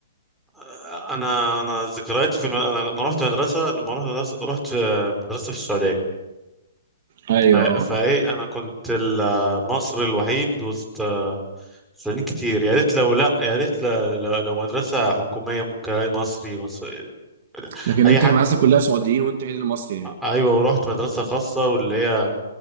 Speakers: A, in the centre; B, on the right.
A: آه، انا انا ذكرياتي في الم... انا أنا رحت مدرسة لما رحت مدرسة رحت في مدرسة في السعودية
B: ايوه
A: ف... فايه انا كنت المصري الوحيد وسط سنين كتير يا ريت لو لا يا ريت ل- ل- لو مدرسة حكومية ممكن الاقي مصري مصري
B: لكن
A: اي
B: انت
A: حد
B: في مدرسه كلها سعوديين وانت عيد المصري يعني
A: ايوه ورحت مدرسة خاصة واللي هي